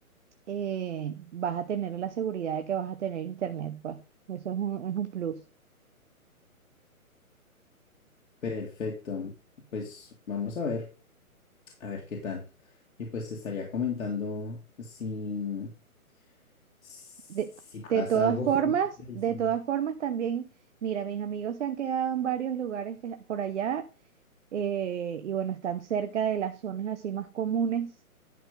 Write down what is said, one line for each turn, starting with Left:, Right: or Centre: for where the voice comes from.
Right: eh, vas a tener la seguridad de que vas a tener internet, pues. Eso es un, es un plus.
Left: Perfecto, pues vamos a ver. A ver qué tal. Y pues te estaría comentando si, si
Right: De,
Left: pasa
Right: de todas
Left: algo
Right: formas,
Left: <laughs> adicional.
Right: de todas formas también, mira, mis amigos se han quedado en varios lugares que, por allá eh, y bueno, están cerca de las zonas así más comunes